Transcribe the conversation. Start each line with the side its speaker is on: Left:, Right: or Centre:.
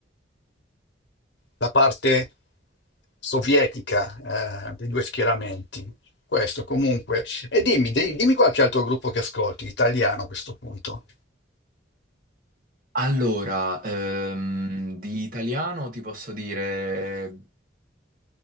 Left: la parte sovietica eh, dei due schieramenti. Questo comunque. E dimmi, di- dimmi qualche altro gruppo che ascolti, italiano a questo punto.
Right: Allora, ehm, di italiano ti posso dire...